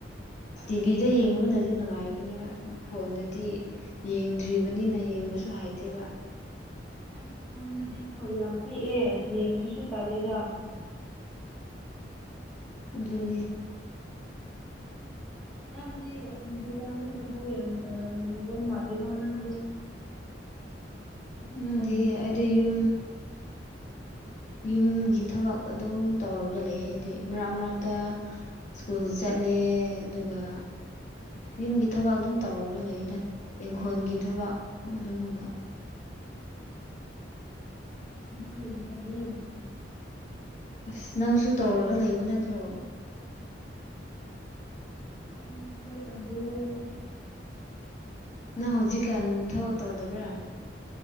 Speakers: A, on the left (about 40°); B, in the centre.
A: ꯇꯤꯚꯤꯗ ꯌꯦꯡꯕꯅꯗꯤ ꯅꯨꯡꯉꯥꯏꯕꯅꯤꯕ ꯐꯣꯟꯗꯗꯤ ꯌꯦꯡꯗ꯭ꯔꯤꯕꯅꯤꯅ ꯌꯦꯡꯕꯁꯨ ꯍꯩꯇꯦꯕ
B: ꯑꯁ ꯐꯣꯟꯗꯗꯤꯀꯣ ꯌꯥꯝ ꯄꯤꯛꯑꯦ ꯌꯦꯡꯕꯁꯨ ꯇꯜꯂꯤꯗ
A: ꯑꯗꯨꯅꯦ <unintelligible>
B: ꯅꯪꯗꯤ ꯕꯤꯇꯅꯤ ꯊꯕꯛ ꯌꯥꯝ ꯇꯧꯔꯝꯗꯧ ꯃꯥꯜꯂꯦ ꯅꯪꯗꯨ ꯎꯝ
A: ꯅꯪꯗꯤ
B: ꯊꯝ
A: ꯑꯩꯗꯤ ꯌꯨꯝ
B: <inaudible> <unintelligible>
A: ꯌꯨꯝꯒꯤ ꯊꯕꯛ ꯑꯗꯨꯝ ꯇꯧꯔꯒ ꯂꯩ ꯍꯥꯏꯗꯤ ꯃꯔꯛ ꯃꯔꯛꯇ ꯁ꯭ꯀꯨꯜ ꯆꯠꯂꯦ ꯑꯗꯨꯒ ꯌꯨꯝꯒꯤ ꯊꯕꯛ ꯑꯗꯨꯝ ꯇꯧꯔꯒ ꯂꯩꯗ ꯏꯪꯈꯣꯜꯒꯤ ꯊꯕꯛ ꯑꯗꯨꯒꯨꯝꯕ
B: ꯊꯕꯛ ꯌꯥꯝ ꯐꯩꯌꯦ
A: ꯑꯁ ꯅꯪꯁꯨ ꯇꯧꯔꯒ ꯂꯩꯕ ꯅꯠꯇ꯭ꯔꯣ
B: ꯎꯝ ꯊ ꯇꯧꯗꯦꯗ ꯑꯩ
A: ꯅꯪ ꯍꯧꯖꯤꯛꯀꯥꯟ ꯊꯕꯛ ꯇꯧꯗꯕ꯭ꯔꯥ